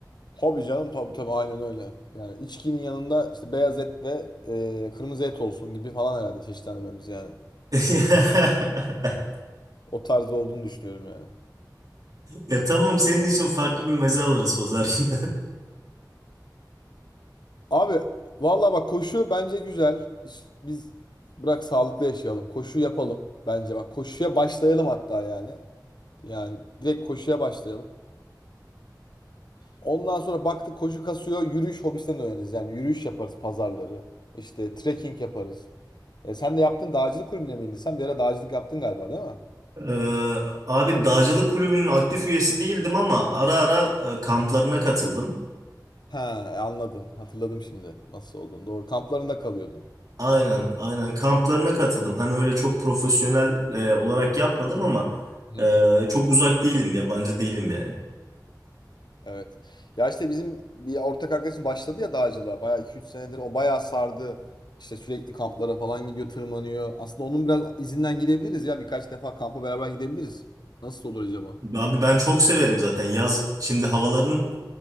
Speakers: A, on the left; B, on the right.
A: Tabii canım tabii tabii aynen öyle. Yani içkinin yanında işte beyaz et ve e, kırmızı et olsun gibi falan herhalde çeşitlendirmemiz yani.
B: <laughs>
A: O tarzda olduğunu düşünüyorum yani.
B: Ya tamam senin için farklı bir meze alırız pazar günü. <laughs>
A: Abi valla bak koşu bence güzel. Hiç- biz bırak sağlıklı yaşayalım. Koşu yapalım bence bak. Koşuya başlayalım hatta yani. Yani direkt koşuya başlayalım. Ondan sonra baktık koşu kasıyor. Yürüyüş hobisinden öğreniriz. Yani yürüyüş yaparız pazarları. İşte trekking yaparız. E, sen de yaptın dağcılık kulübüne miydin? Sen bir ara dağcılık yaptın galiba değil mi?
B: Ee, abi dağcılık kulübünün aktif üyesi değildim ama ara ara e, kamplarına katıldım.
A: He anladım. Hatırladım şimdi nasıl olduğunu. Doğru kamplarında kalıyordun.
B: Aynen, aynen kamplarına katıldım. Hani öyle çok profesyonel e, olarak yapmadım ama
A: Hı.
B: e, çok uzak değilim, yabancı değilim yani.
A: Evet. Ya işte bizim bir ortak arkadaşım başladı ya dağcılığa. Bayağı iki üç senedir o bayağı sardı. İşte sürekli kamplara falan gidiyor, tırmanıyor. Aslında onun biraz izinden gidebiliriz ya. Birkaç defa kampa beraber gidebiliriz. Nasıl olur acaba?
B: Abi ben çok severim zaten yaz. Şimdi havaların